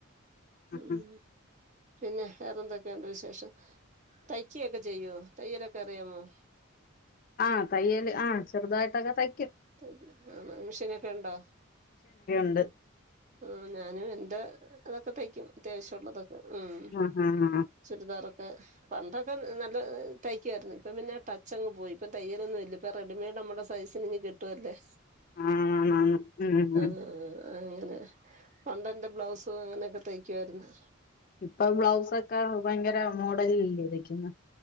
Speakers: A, on the right; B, on the left.
A: ഉ
B: ആഹ്
A: ഉം പിന്നെ വേറെ എന്തൊക്കെയുണ്ട് വിശേഷം തയ്ക്കയൊക്കെ ചെയ്യോ തയ്യലൊക്കെ അറിയാമോ
B: ആഹ് തൈയൽ ആഹ് ചെറുതായിട്ടക തയ്
A: <unintelligible> ആ മിഷേനൊക്കെ ഉണ്ടോ?
B: ണ്ട്
A: ആ ഞാനും എന്റെ ഇതൊക്കെ തയ്ക്കും അത്യാവശ്യം ഉള്ളതൊക്കെ ഉം
B: ആഹ് ആഹ്
A: ചുരിദാറൊ പണ്ടൊക്കെ നല്ല തയ്ക്കുആര്ന്ന് ഇപ്പം പിന്നെ ടച്ചങ്ങ് പോയി ഇപ്പ തയ്യലൊന്നുയില്ല ഇപ്പ റെഡിമയ്ഡ്‌ നമ്മടെ സൈസിനിങ്ങ് കിട്ടുവല്ലേ
B: ആണാണാണ് ഉം ഉം
A: ആ ആ ആ അങ്ങനെ പണ്ടെന്റെ ബ്ലൗസും അങ്ങനെയൊക്കെ തേയ്ക്കുായിര്ന്ന്
B: ഇപ്പം ബ്ലൗസക്കെ ഭയങ്കര മോഡലിലെല്ലേ തൈക്ക്ന്നെ